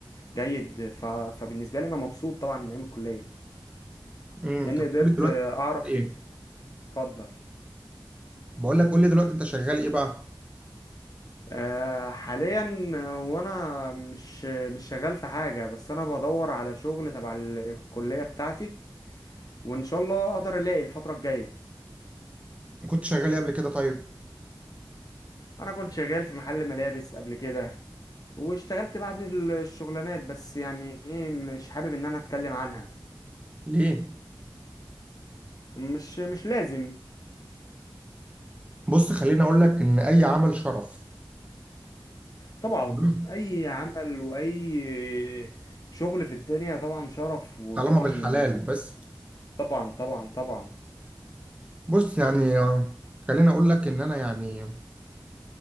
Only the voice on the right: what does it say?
امم انت
كلية دلوقتي
ايه؟
بقول لك قول لي دلوقتي انت شغال ايه بقى؟
كنت شغال ايه قبل كده طيب؟
ليه؟
بص خليني اقول لك ان اي عمل شرف
مم.
طالما بالحلال بس
بص يعني آه، خليني اقول لك ان انا يعني